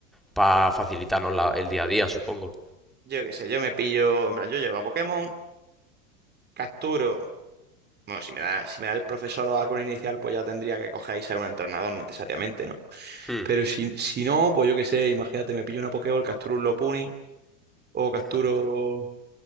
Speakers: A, in the centre; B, on the right (about 25°).
A: para facilitarnos la- el día a día, supongo.
B: Yo qué sé, yo me pillo, en plan, yo llego a Pokémon, capturo. Bueno, si me da, si me da el profesor o con inicial, pues ya tendría que coger y ser un entrenador necesariamente, ¿no?
A: Hmm.
B: Pero si, si no, pues yo qué sé, imagínate, me pillo una Pokéball, capturo un Lopunny o capturo.